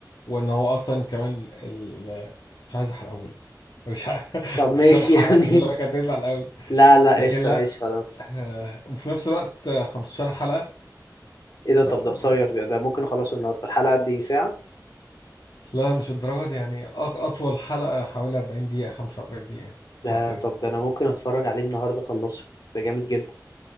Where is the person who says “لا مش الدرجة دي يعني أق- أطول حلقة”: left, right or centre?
Left